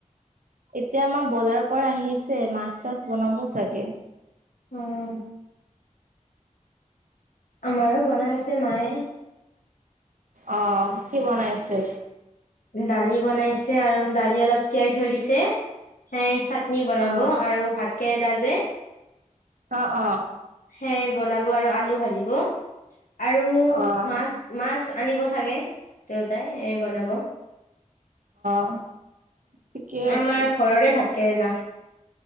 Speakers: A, on the right; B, on the left.
A: এতিয়া আমাৰ বজাৰৰ পৰা আহিছে মাছ চাছ বনাব চাগে।
B: অ' আমাৰো বনাই আছে মায়ে।
A: অ' কি বনাইছে?
B: দালি বনাইছে আৰু দালি অলপ তিয়াই থৈ দিছে এ চাটনি বনাব
A: অ'
B: আৰু ভাত কেৰেলা যে।
A: অ -অ
B: হে বনাব আৰু আলু ভাজিব আৰু
A: অ'
B: মাছ। মাছ আনিব চাগে দেউতাই এ। বনাব
A: অ' ঠিকে আছে
B: আমাৰ ঘৰৰে ভাত কেৰেলা।